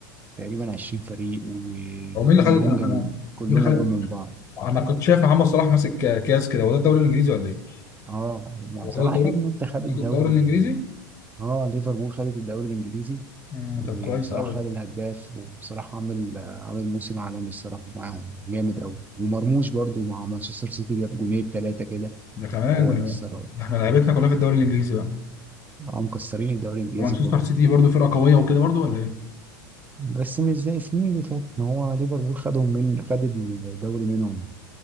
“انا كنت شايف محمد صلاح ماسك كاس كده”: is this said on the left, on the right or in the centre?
Left